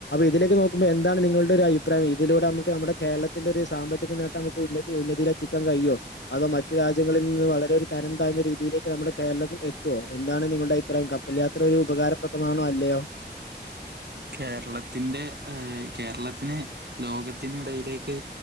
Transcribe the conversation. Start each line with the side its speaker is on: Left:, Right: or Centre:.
Left: ഇതിലേക്ക് നോക്കുമ്പോൾന്താണ് നിങ്ങളുടെ ഒരു അഭിപ്രായം ഇതിലൂടെ നമുക്ക് നമ്മുടെ കേരളത്തിന്റെറെ ഒരു സാമ്പത്തിക നേട്ടം ഉന്നതി ഉന്നതിൽത്തിക്കാൻ കഴിയോ അതോ മറ്റു രാജ്യങ്ങളിൽ നിന്ന് വളരെരു തനം താന്ന രീതിയിലേക്ക് നമ്മുടെ കേരളത്തി എത്തുമോ എന്താണ് നിങ്ങളുടെ അഭിപ്രായം കപ്പൽയാത്ര ഒരു ഉപകാരപ്രദമാണോ അല്ലയോ
Right: കേരളത്തിന്റെ ഏയ് കേരളത്തിന് ലോകത്തിന് ഇടയിലേക്ക്